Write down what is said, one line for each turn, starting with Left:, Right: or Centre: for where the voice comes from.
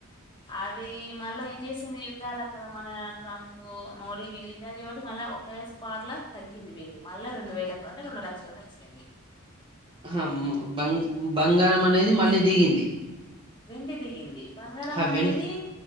Left: అది మళ్ళా ఏం చేసింది యుద్ధాలు అక్కడ మన ట్రంప్ మోడీ వీళ్ళ ఇద్దరి తోటి మళ్ళా ఒక స్పాట్లా తగ్గింది వెండి మళ్ళ రెండు వేలకు అంటే రెండు లక్షలకు వచ్చింది
Right: హమ్మో బంగ్ బంగారం అనేది మళ్ళీ దిగింది
Left: వెండి దిగింది బంగారం
Right: ఆ
Left: అనేది
Right: వెండి